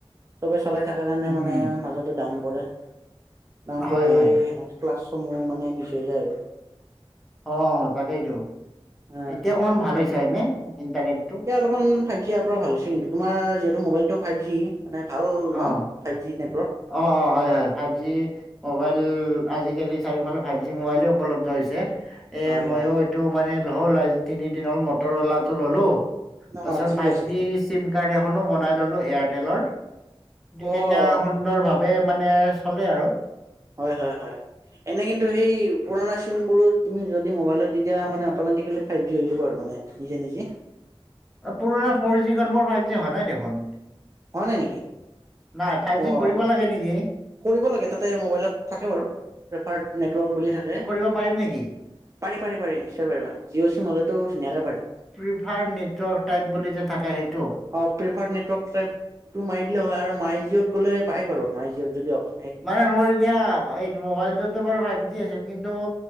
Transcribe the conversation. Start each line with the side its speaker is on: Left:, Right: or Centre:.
Right: চবে চলাই থকাৰ কাৰণে
Centre: উম,
Right: মানে মাজতে ডাউন পৰে ডাউন
Centre: হয়,
Right: পৰি
Centre: হয়
Right: সেনেকে ক্লাছসমূহ মানে মিছ হৈ যায় আৰু
Centre: অ তাকেইতো
Right: অ
Centre: এতিয়া অকণমান ভাল হৈছেনে হয়নে ইণ্টাৰনেটটো
Right: অকমান ফাইভ জি অহাৰ পৰা ভাল হৈছে কিন্তু তোমাৰ যিহেতু মোবাইলটো ফাইভ জি মানে ভাল
Centre: অ',
Right: ন ফাইভ জি নেটৱৰ্ক
Centre: অ অ হয় হয় ফাইভ জি মোবাইল আজিকালি চাৰিওফালে ফাইভ জি মোবাইলে উপলব্ধ হৈছে এ
Right: হয়
Centre: মইয়ো
Right: হয়
Centre: এইটো মানে নহ'ল আজি তিনিদিন হ'ল মটৰ অলাটো ললো
Right: অ
Centre: তাছত
Right: ঠিকে
Centre: ফাইভ
Right: আছে
Centre: জি
Right: ঠিকে
Centre: চিম কাৰ্ড এখনো বনাই ললো এয়াৰটেলৰ গতিকে
Right: অ
Centre: এতিয়া সুন্দৰ ভাৱে মানে চলে আৰু
Right: হয় হয় হয় এনে কিন্তু সেই পুৰণা চিম বোৰো তুমি যদি মোবাইলত দি দিয়া মানে অটমেটিকেলি ফাইভ জি হৈ যাব আৰু মানে নিজে নিজে
Centre: অ পুৰণা ফ'ৰ জিখন মোৰ ফাইভ জি হোৱা নাই দেখোন
Right: হোৱা নাই নেকি?
Centre: নাই ফাইভ
Right: অ'
Centre: জি কৰিব লাগে নেকি
Right: কৰিব লাগে তাতে মোবাইলত থাকে বাৰু প্ৰেফাৰ্ড নেটৱৰ্ক বুলি থাকে
Centre: ত পাৰিম নেকি
Right: পাৰি পাৰি পাৰি নিশ্চয় পাৰিবা জিঅ' চিম হ'লেতো ধুনীয়াকৈ পাৰি
Centre: প্ৰিফাৰ্ড নেটৱৰ্ক টাইপ বুলি যে থাকে সেইটো
Right: অ প্ৰিফাৰ নেটৱৰ্ক টাইপটো মাৰি দিলে হয় আৰু মাই জিঅ'ত গ'লে পাই বাৰু মাই জিঅ'ত যদি অপ
Centre: মানে মোৰ এতিয়া এই মবাইল টো বাৰু ফাইভ জি আছিল কিন্তু